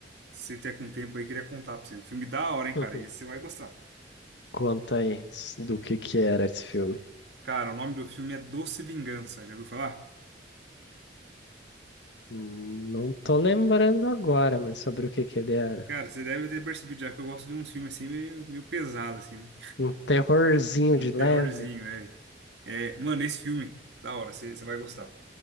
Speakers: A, on the right; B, on the left.
A: se você tiver com tempo aí, eu queria contar pra você. Um filme da hora, hein,
B: <laughs>
A: cara. Esse você vai gostar.
B: Conta aí s- do que que era esse filme.
A: Cara, o nome do filme é Doce Vingança, já ouviu falar?
B: Hum, Não tô lembrando agora, mas sobre o que que ele era.
A: Cara, você deve ter percebido já que eu gosto de uns filmes assim meio, meio pesado, assim, né?
B: Um terrorzinho
A: Um
B: de
A: terrorzinho,
B: leve?
A: é. É, mano, esse filme, da hora, você você vai gostar.